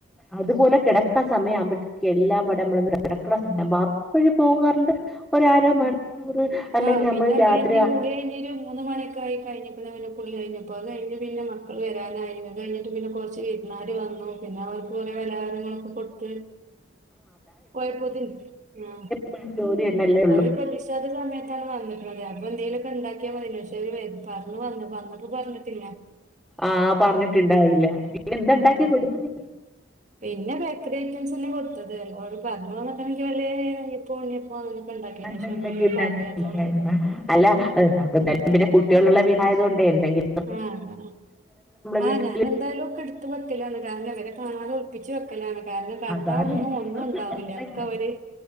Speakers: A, in the centre; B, on the right (about 40°).
A: അതുപോലെ കിടക്കാൻ സമയാവുമ്പോയ്‌ത്തേക്കും എല്ലാ വടമ്മളൊന്ന് കടക്കിണ സമയം വാ എപ്പയും പോവും കറണ്ട് ഒരാര മണിക്കൂർ അല്ലെങ്കിൽ
B: ആ പിന്നെ
A: നമ്മൾ രാത്രി
B: കഴിഞ്ഞ്
A: ആ
B: കുളികഴിഞ്ഞ് ഒരു മൂന്ന് മണിക്കെ ക കഴിഞ്ഞ്ക്ക്ണ് പിന്നെ കുളിഴിഞ്ഞപ്പോ അത് കഴിഞ്ഞ് പിന്നെ മക്കൾ വരാനായിരുന്നു അത് കഴിഞ്ഞിട്ട് പിന്നെ കുറച്ച് വിര്ന്നാര് വന്നു പിന്നെ അവർക്ക് കുറേ പലാഹാരങ്ങളൊക്കെ കൊടുത്ത് പോയപ്പോതീൻ ആ
A: ഫുൾജോലിയന്നെല്ലേ
B: അവരെ പ്രതീഷ് ല്ലാത്ത സമയത്താണ് വന്ന്ക്ക്ണത് അപ്പോ എന്തേലൊക്കെണ്ടാക്കിയാ മതിനി പക്ഷേ ഓലു വര പറഞ്ഞ വന്നപ്പോ പറഞ്ഞിട്ടില്ല
A: ആഹ പറഞ്ഞിട്ടുണ്ടായില്ല പിന്നെ എന്ത
B: ഉം
A: ഉണ്ടാക്കി കൊടുത്ത് നീ
B: പിന്നെ ബേക്കറി ഐറ്റംസ് തന്നെ കൊടുത്തത് എല്ലാ പറഞ്ഞ് വന്നക്കാണെങ്കിൽ വല്ലേ നെയ്യപ്പോ ഉണ്ണിയപ്പേ അങ്ങനൊക്കെ ഉണ്ടാക്കേനീ
A: എന്തെങ്കിലുമൊക്കെ
B: പക്ഷെ ഉം
A: ഉണ്ടാക്കി
B: പറയാത്തോണ്ടെ,
A: കഴിക്കായിരുന്നു അല്ല നമുക്ക് എന്തായാലും പിന്നെ കുട്ടികളുള്ള വീടായതുകൊണ്ടെ എന്തെങ്കിലും
B: ആഹ ആ
A: വീട്ടിൽ
B: ആഹ് ആഹ് ഞാനെന്തായാലൊക്കെ എട്‌ ട്ത്ത് വെക്കലാണ് കാരണം ഇവരെ കാണാതെ ഒളിപ്പിച്ച് വെക്കലാണ് കാരണം കണ്ടാ
A: അതാണ്
B: ഒന്നും ഒന്നും
A: ഇവർക്ക്
B: ഉണ്ടാവൂല
A: എപ്പോഴും
B: ഒക്കെ ഇവര്